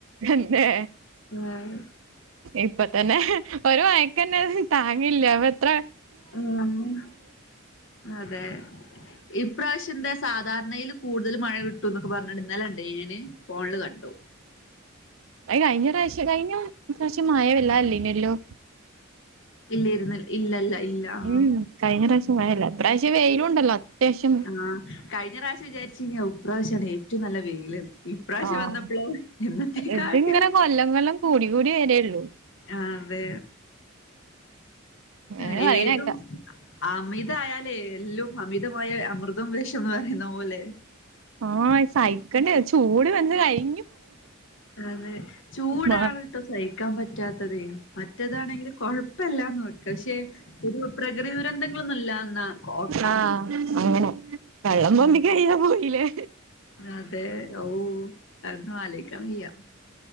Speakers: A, on the right; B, on the left.
A: തന്നേ?
B: ആഹ്
A: ഇപ്പ തന്നെ ഒരു മയക്കന്നെ അത് താങ്ങില്ല അപ്പെത്ര
B: ആഹ് അതെ ഇപ്രാശ്യന്തേ സാധാരണയിൽ കൂടുതൽ മഴ കിട്ടൂന്നൊക്കെ പറഞ്ഞു ഇന്നലെ ഇണ്ടായിനേന് ഫോണില് കണ്ടു.
A: അയ് കഴിഞ്ഞ പ്രാശ്യം കഴിഞ്ഞ പ്രാശ്യം മയ വല്ലാ ഇല്ലെയ്നല്ലോ?
B: ഇല്ലേയിരുന്ന് ഇല്ലല്ല ഇല്ലാ ആഹ്
A: ഉം കഴിഞ്ഞ പ്രാശ്യം മഴയില്ല ഇപ്രാശ്യം വെയിലുണ്ടല്ലോ അത്യാശ്യം.
B: ആഹ് കഴിഞ്ഞ പ്രാവശ്യം വിചാരിച്ചീന് ഓഹ് ഇപ്രാശ്യാണ് ഏറ്റോം നല്ല വെയിലിന്ന്. ഈപ്രാശ്യം
A: ആഹ്
B: വന്നപ്പളോ എന്നത്തേക്കാട്ടിലും
A: ഇതിങ്ങനെ കൊല്ലം കൊല്ലം കൂടി കൂടി വരേള്ളൂ.
B: ആഹ് അതെ.
A: അങ്ങനെ
B: ആഹ്
A: പറയണേക്കാ
B: ഏതും അമിതായാലെല്ലോം അമിതമായ അമൃ തം വെഷന്ന് പറയുന്ന പോലെ
A: ആഹ് സഹിക്കണ്ടേ ചൂട് വന്ന് കഴി
B: അതെ ചൂടാണ്
A: മ
B: ട്ടോ സഹിക്കാൻ പറ്റാത്തത്. മറ്റെതാണെങ്കില് കൊഴപ്പല്ലാന്ന് വെക്ക. ശെ ഒരു പ്രകൃതി ദുരന്തങ്ങളൊന്നുല്ലാതന്നാ കോക്ക്.
A: ആഹ് അങ്ങനെ. വെള്ളം
B: ഉം
A: പൊന്തി കഴിയാൻ പോയില്ലേ
B: അതെ ഓഹ് അതൊന്ന് ആലോയിക്കാ വെയ്യ.